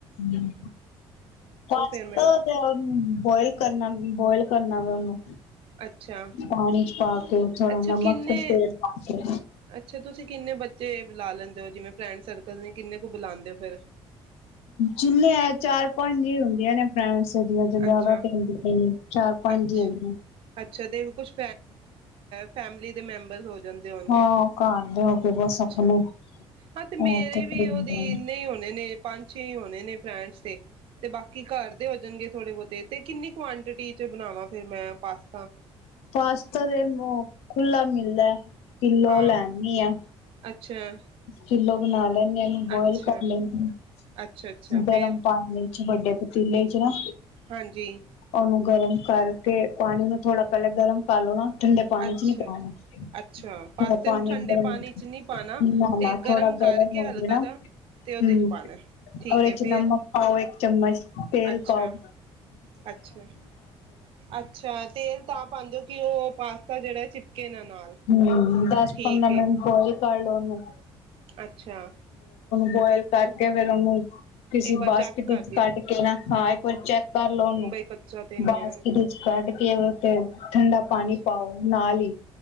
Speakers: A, on the left; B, on the right.
A: ਹੂੰ ਪਾਸਤਾ
B: ਫਿਰ ਮੈਨੂੰ
A: <unintelligible> ਬੋਇਲ ਕਰਨਾ ਬੋਇਲ ਕਰਨਾ ਵੇ <inaudible>
B: ਅੱਛਾ
A: ਪਾਣੀ ਚ ਪਾ ਕੇ ਥੋੜਾ
B: ਅੱਛਾ
A: ਨਮਕ
B: ਕਿੰਨੇ
A: ਤੇ ਤੇਲ ਪਾ ਕੇ
B: ਅੱਛਾ ਤੁਸੀਂ ਕਿੰਨੇ ਬੱਚੇ ਬੁਲਾ ਲੈਂਦੇ ਹੋ? ਜਿਵੇਂ ਫਰੈਂਡ ਸਰਕਲ ਨੇ, ਕਿੰਨੇ ਕੁ ਬੁਲਾਉਂਦੇ ਹੋ ਫਿਰ?
A: ਜਿੰਨੇ ਹੈ, ਚਾਰ-ਪੰਜ ਹੀ ਹੁੰਦੀਆਂ ਨੇ ਫਰੈਂਡਸ ਹੁੰਦੀਆਂ ਨੇ
B: ਅੱਛਾ
A: ਚਾਰ-ਪੰਜ
B: ਅੱਛਾ
A: ਹੀ ਹੈਗੀਆਂ।
B: ਅੱਛਾ ਤੇ ਕੁਛ ਫੈਮਲੀ ਦੇ ਮੈਂਬਰਸ ਹੋ ਜਾਂਦੇ ਹੋਣਗੇ।
A: ਹਾਂ ਘਰ ਦੇ ਹੋ ਕੇ ਬਸ
B: ਅੱਛਾ
A: ਆਪਣੇ
B: ਹਾਂ ਤੇ ਮੇਰੇ
A: ਉਹ
B: ਵੀ
A: ਹਮ
B: ਉਹਦੀ ਇੰਨੇ ਹੀ ਹੋਣੇ ਨੇ ਪੰਜ ਛੇ ਹੋਣੇ ਨੇ ਫਰੈਂਡਸ ਤੇ, ਤੇ ਬਾਕੀ ਘਰ ਦੇ ਹੋ ਜਾਣਗੇ ਥੋੜੇ ਬਹੁਤੇ, ਤੇ ਕਿੰਨੀ ਕੁਆਂਟਿਟੀ ਚ ਬਣਾਵਾਂ? ਫਿਰ ਮੈਂ ਪਾਸ
A: ਪਾਸਤਾ ਤੇ ਮ ਖੁੱਲਾ ਮਿਲਦਾ ਏ ਕਿਲੋ
B: ਹਾਂ
A: ਲੈ ਆਣੀ ਆ।
B: ਅੱਛਾ
A: ਕਿਲੋ ਬਣਾ ਲੈਂਦੇ ਹਾਂ। ਇਹਨੂੰ ਬੋਇਲ
B: ਅੱਛਾ
A: ਕਰ ਲੈਣੀ ਹਾਂ।
B: ਅੱਛਾ ਅੱਛਾ
A: ਗਰਮ
B: ਫੇਰ
A: ਪਾਣੀ ਚ ਵੱਡੇ ਪਤੀਲੇ ਚ ਨਾ
B: ਹਾਂਜੀ
A: ਉਹਨੂੰ ਗਰਮ ਕਰਕੇ ਪਾਣੀ ਨੂੰ ਥੋੜਾ ਪਹਿਲਾ ਗਰਮ ਕਰਲੋ ਨਾ ਠੰਡੇ ਪਾਣੀ
B: ਅੱਛਾ
A: ਚ ਨੀ ਪੈਣਾ,
B: ਅੱਛਾ ਪਾਸਤੇ
A: ਥੋੜਾ ਪਾਣੀ
B: ਨੂੰ ਠੰਡੇ
A: ਗਰਮ
B: ਪਾਣੀ
A: ਹੋ,
B: ਚ ਨਹੀਂ ਪਾਣਾ
A: ਨਾ-ਨਾ
B: ਤੇ
A: ਥੋੜਾ
B: ਕਰਕੇ
A: ਗਰਮ ਹੋ
B: ਹਲਕਾ
A: ਜੇ ਨਾ,
B: ਜਾ ਤੇ ਉਹਦੇ
A: ਹੂੰ
B: ਚ ਪਾਣਾ ਠੀਕ
A: ਉਹਦੇ
B: ਹੈ
A: ਚ
B: ਫੇਰ
A: ਨਮਕ ਪਾਓ ਇੱਕ ਚਮਚ, ਤੇਲ
B: ਅੱਛਾ
A: ਪਾਓ
B: ਅੱਛਾ, ਅੱਛਾ ਤੇਲ ਤਾਂ ਪਾਉਂਦੇ ਹੋ ਕਿ ਉਹ ਪਾਸ ਤਾ ਜਿਹੜਾ ਚਿਪਕੇ ਨਾ ਨਾਲ
A: ਹੂੰ ਦਸ,
B: ਠੀਕ
A: ਪੰਦਰਾਂ
B: ਏ
A: ਮਿੰਟ ਬੋਇਲ ਕਰ ਲੋ ਉਹ ਨੂੰ
B: ਅੱਛਾ।
A: ਬੋਇਲ ਕਰਕੇ ਫੇਰ ਉਹਨੂੰ ਕਿਸੀ
B: ਇੱਕ ਵਾਰ
A: ਬਾਸਕਿਟ
B: ਚੈੱਕ ਕਰਦੀ
A: ਈਚ ਕੱਢ ਕੇ ਨਾ, ਹਾਂ ਇੱਕ ਵਾਰੀ ਚੈੱਕ ਕਰ ਲਓ ਉਹਨੂੰ।
B: ਬਈ ਕੱਚਾ ਤੇ ਨਹੀਂ
A: ਬਾਸਕਿਟ
B: ਹੈ
A: ਈਚ ਕੱਢ ਕੇ ਓਹਦੇ ਉੱਤੇ ਠੰਡਾ ਪਾਣੀ
B: ਅੱਛਾ
A: ਪਾਓ, ਨਾਲ ਹੀ।